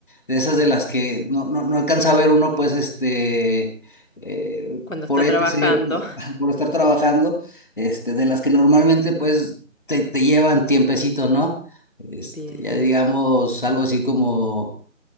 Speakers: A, on the left; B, on the left.
A: de esas de las que no, no, no alcanza a ver uno, pues, este, eh,
B: cuando
A: por
B: está trabajando?
A: ETC, por
B: <laughs>
A: <laughs> por estar trabajando, este, de las que normalmente, pues, te, te llevan tiempecito, ¿no? Este,
B: Bien.
A: ya digamos, algo así como,